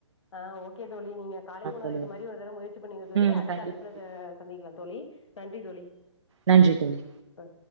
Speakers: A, on the left (about 65°); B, on the right (about 65°).
A: ஆஹ் ஓகே தோழி நீங்க காலை உணவ
B: தோழி
A: இது மாரி ஒரு தடவ முயற்சி பண்ணீங்க தோழி
B: ம்
A: அடுத்த
B: கண்டிப்பா
A: அழைப்புல
B: தோழி
A: ச சந்திக்கலா தோழி நன் றி தோழி
B: நன்றி தோழி
A: அ